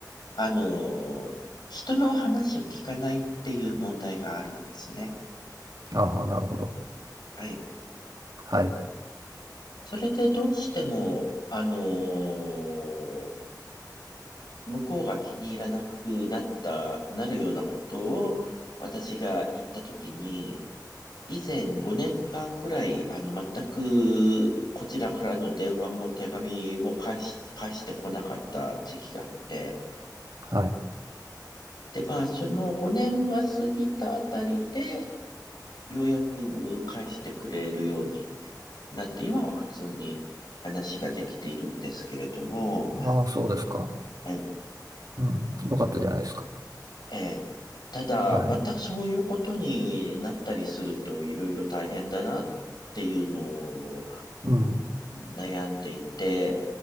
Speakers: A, on the left; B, on the right.
A: あの、人の話を聞かないっていう問題があるんですね。
B: ああ、なるほど。
A: はい。
B: はい、
A: それでどうしても、あのー向こうが気に入らなくなった、なるようなことを私が言ったときに、以前5年間ぐらい、あの、全くこちらからの電話も手紙も返し、返してこなかった時期があって、
B: はい。
A: で、まあ、その5年が過ぎたあたりで、ようやく返してくれるようになって、今は普通に話ができているんですけれども、
B: ああ、そうですか。
A: はい。
B: うん、よかったじゃないですか。
A: ええ。ただ、
B: はい。
A: またそういうことになったりするといろいろ大変だなっていうのを
B: うん。
A: 悩んでいて、